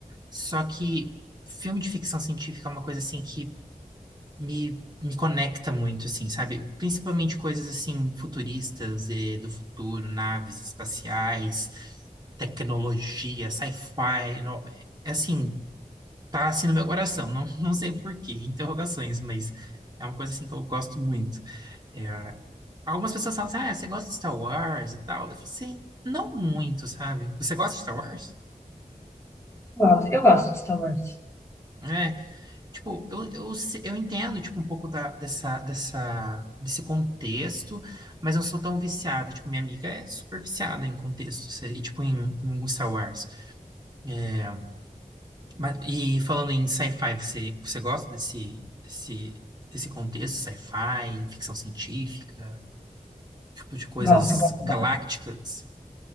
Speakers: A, on the right; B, on the left.
A: Só que filme de ficção científica é uma coisa assim que me, me conecta muito, assim, sabe? Principalmente coisas assim futuristas e do futuro, naves espaciais, tecnologia, sci-fi, no- é assim, tá assim no meu coração, não, <laughs> não sei por quê, interrogações, mas é uma coisa assim que eu gosto muito. É, Algumas pessoas falam assim, ah, você gosta de Star Wars e tal? Eu falo assim, não muito, sabe? Você gosta de Star Wars?
B: Gosto, eu gosto de Star Wars.
A: É, tipo, eu, eu, se- eu entendo, tipo, um pouco da, dessa, dessa, desse contexto, mas eu não sou tão viciado. Tipo, minha amiga é super viciada em contexto, se- e, tipo, em, em Star Wars. É, mas, e falando em sci-fi, você, você gosta desse, desse, desse contexto, sci-fi, ficção científica, tipo, de coisas
B: Gosto, gosto,
A: galácticas?